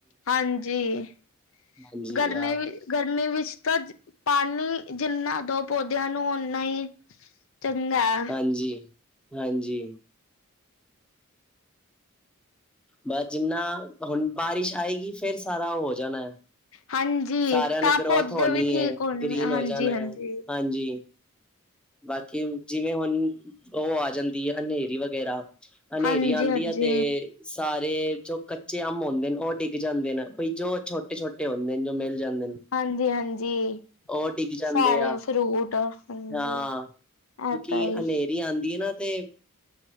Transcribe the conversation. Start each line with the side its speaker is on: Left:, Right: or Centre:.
Left: ਹਾਂਜੀ,
Centre: ਹਾਂਜੀ
Left: ਗਰਮੀ-ਗਰਮੀ
Centre: ਆ
Left: ਵਿੱਚ ਤਾਂ ਪਾਣੀ ਜਿੰਨਾ ਦੋ ਪੌਦਿਆਂ ਨੂੰ ਓਨਾ ਹੀ ਚੰਗਾ ਐ।
Centre: ਹਾਂਜੀ ਹਾਂਜੀ, ਬਸ ਜਿੰਨਾ ਹੁਣ ਬਾਰਿਸ਼ ਆਏਗੀ, ਫੇਰ ਸਾਰਾ ਉਹ ਹੋ ਜਾਣਾ ਹੈ।
Left: ਹਾਂਜੀ,
Centre: ਸਾਰਿਆਂ
Left: ਤਾਂ
Centre: ਨੇ ਗਰੋਥ
Left: ਪੌਦੇ
Centre: ਹੋਣੀ
Left: ਵੀ ਠੀਕ
Centre: ਹੈ
Left: ਹੋਣੇ
Centre: ਗ੍ਰੀਨ
Left: ਆ
Centre: ਹੋ
Left: ਹਾਂਜੀ-ਹਾਂਜੀ,
Centre: ਜਾਣਾ ਹੈ ਹਾਂਜੀ ਬਾਕੀ ਜਿਵੇਂ ਹੁਣ ਉਹ ਆ ਜਾਂਦੀ ਹੈ, ਹਨੇਰੀ ਵਗੈਰਾ ਹਨੇਰੀ
Left: ਹਾਂਜੀ
Centre: ਆਦੀ
Left: ਹਾਂਜੀ
Centre: ਹੈ ਤੇ ਸਾਰੇ ਜੋ ਕੱਚੇ ਅੰਬ ਹੁੰਦੇ ਨੇ ਉਹ ਡਿੱਗ ਜਾਂਦੇ ਨੇ, ਬਈ ਜੋ ਛੋਟੇ-ਛੋਟੇ ਹੁੰਦੇ ਨੇ ਜੋ ਮਿਲ ਜਾਂਦੇ ਨੇ
Left: ਹਾਂਜੀ-ਹਾਂਜੀ,
Centre: ਉਹ ਡਿੱਗ ਜਾਂਦੇ
Left: ਸਾਰੇ
Centre: ਆ
Left: ਫਰੂਟ ਹਾਂਜੀ।
Centre: ਹਾਂ
Left: ਇਹ
Centre: ਕਿਉਂਕਿ
Left: ਤਾਂ ਹੀ
Centre: ਹਨੇਰੀ ਆਦੀ ਹੈ ਨਾ, ਤੇ